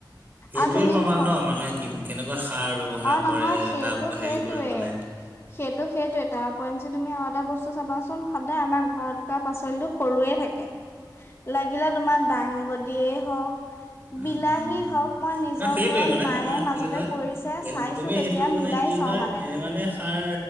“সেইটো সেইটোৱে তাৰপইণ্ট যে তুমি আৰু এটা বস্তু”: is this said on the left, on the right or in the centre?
Left